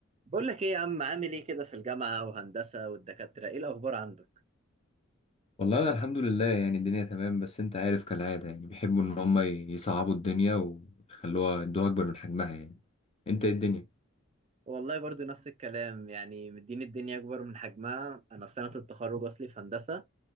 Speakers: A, on the right; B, on the left.
A: بقول لك ايه يا عم عامل ايه كده في الجامعة وهندسة والدكاترة ايه الأخبار عندك؟
B: والله انا الحمد لله يعني الدنيا تمام بس انت عارف كالعاده يعني بيحبوا ان هم يصعبوا الدنيا ويخلوها يدوها اكبر من حجمها يعني انت ايه الدنيا
A: والله برضو نفس الكلام يعني مدين الدنيا أكبر من حجمها أنا في سنة التخرج أصلي في هندسة